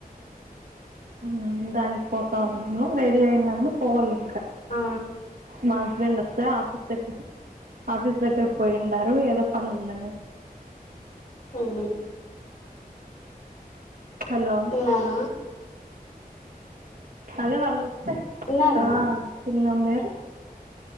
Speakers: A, on the right (about 70°); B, on the left (about 50°).
A: ఉమ్మ్ దానిక్ పోతామ్ము రెడీ అయిందమ్ము పోవాలింకా
B: ఆ
A: మా హస్బెండ్ ఒస్తే ఆఫీస్ దకి ఆఫీస్ దగ్గర పోయూండారు ఏదో పన్ ఉందని
B: ఉహు
A: హలో
B: ఉన్నారా
A: అదే వాళ్ళుస్తే
B: తిన్నారా
A: ఆ తిన్నాం మీరు